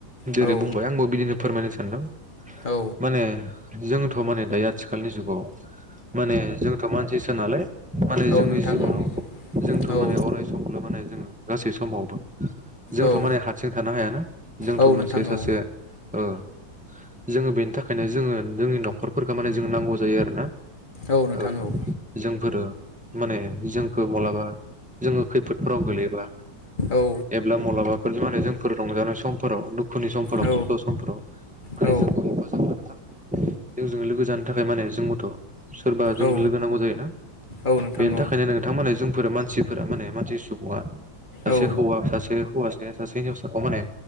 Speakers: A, in the centre; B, on the left.
A: जेरै
B: औ
A: बुंबाय आंबो बिदिनो फोरमायनो सानदों
B: औ
A: माने। जोंथ' माने दायो आथिखालनि जुगाव माने जोंथ' मानसिसो नालाय। माने
B: औ
A: जोंनि
B: नोंथां
A: जिबनाव
B: औ
A: जोंथ'
B: औ
A: माने अराय समखौल' माने जोंङो गासै समावबो। जोंथ'
B: औ
A: माने हारसिं थानो हायाना जोंथ'
B: औ नोंथां
A: मोनसे सासे
B: औ
A: ओ जोंङो बेनि थाखायनो जोंङो जोंनि न'खरफोरखौ माने जों नांगौ जायो आरो ना।
B: औ नोंथां
A: ओ
B: औ
A: जोंफोरो माने जोंखौ मालाबा जोंङो खैफोदफ्राव गोलैयोबा
B: औ
A: एब्ला मलाबाफोर माने जोंफोर रंजानाय समफोराव दुखुनि समफोराव
B: औ
A: खस्थ' समफोराव माने
B: औ
A: जोंखौ हेफाजाब होनो थाखाय जोंजों लोगो जानो थाखाय माने जोंबोथ सोरबा जों
B: औ
A: लोगो नांगौ जायोना
B: औ नोंथां
A: बेनि थाखायनो
B: औ
A: नोंथां माने जोंफोर मान मानसिफोरा माने मानसि सुबुंङा सासे
B: औ
A: हौवा सासे हौवाया सासे हिनजावसा माने